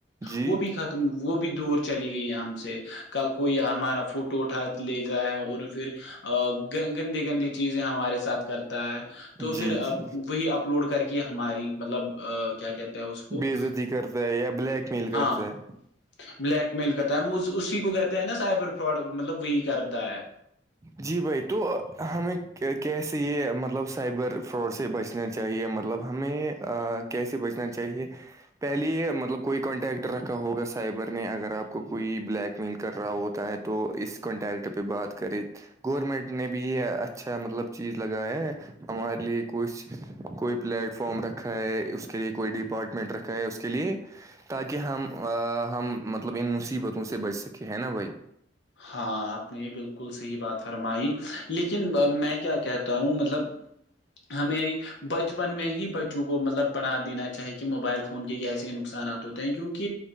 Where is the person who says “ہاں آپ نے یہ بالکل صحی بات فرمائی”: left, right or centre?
Left